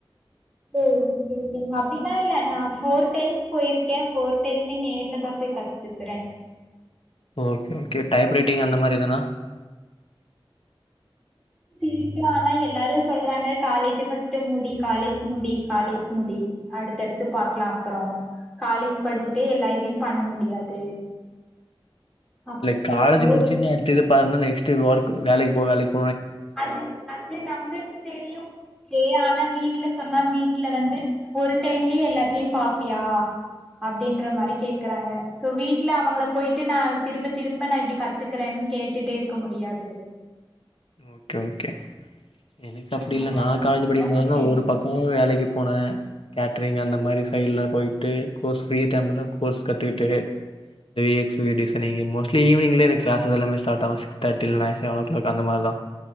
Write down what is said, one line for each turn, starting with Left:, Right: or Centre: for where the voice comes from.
Centre: <unintelligible> அப்டீன்னா இல்ல நா ஃபோர் டைம்ஸ் போயிருக்கே ஃபோர் டைம்மே நேர்லதா கத்துக்குறே
Left: ஓகே ஓகே டைப் ரைட்டிங் அந்த மாரி எதனா
Centre: இருப்பி ஆனா எல்லாரு சொல்றாங்க காலேஜ் ஃபஸ்ட்டு முடி காலேஜ் முடி காலேஜ் முடி அடுத்தடுத்து பாக்கலா அப்புறோ காலேஜ் படிச்சுட்டே எல்லா இதயு பண்ண முடியாது அப்படி
Left: இல்ல காலேஜ்
Centre: சொல்கிறாங்க
Left: முடிச்சுன்னே அடுத்தது பாருன்னா நெக்ஸ்ட்டு ஒர்க் வேலைக்கு போ வேலைக்
Centre: அது அது நம்னபுளுக்கு தெரியு ஓகே ஆனா வீட்ல சொன்னா வீட் ட்ல வந்து ஒரு டைம்லயே எல்லாத்தையு பாப்பியா அப்டீன்ற மாரி கேக்குறாங்க சோ வீட்ல அவுங்கள போயிட்டு நா திரும்ப திரும்ப நா இப்டி கத்துக்கறேனு கேட்டுட்டே இருக்க முடியாது
Left: ஓகே ஓகே எனக்கு அப்புடி
Centre: அதனால
Left: இல்ல நா
Centre: அவங்க
Left: காலேஜ்
Centre: சொன்னா
Left: படிக்கும்போதோ
Centre: சரின்னு
Left: ஒவ்வோரு
Centre: விட்டு
Left: பக்கமோ வேலைக்கு போனே கேட்ரிங் அந்த மாரி சைடு்ல போயிட்டு கோர்ஸ் ஃப்ரீ டைம்ல கோர்ஸ் கத்துக்கிட்டு three X V designing mostly ஈவ்னிங்லயே எனக்கு க்ளாஸஸ் எல்லாமே ஸ்டார்ட் ஆவோ சிக்ஸ் தர்ட்டிலந்து செவன் ஓ க்ளாக் அந்த மார்தா